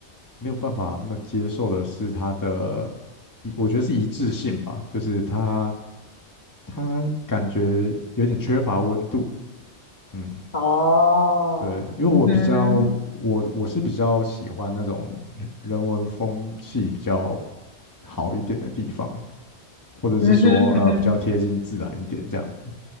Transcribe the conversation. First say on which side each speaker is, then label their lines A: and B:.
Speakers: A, on the left; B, on the left.
A: 没有办法那么接受的是它的一我觉得是一致性吧，就是他他感觉有点缺乏温度，嗯，
B: 哦，
A: 对，因为我比较我我是比较喜欢那种人人文风气比较
B: 嗯哼
A: 好一点的地方，或者是说呃比较贴近自然一点这样子，
B: 嗯哼嗯哼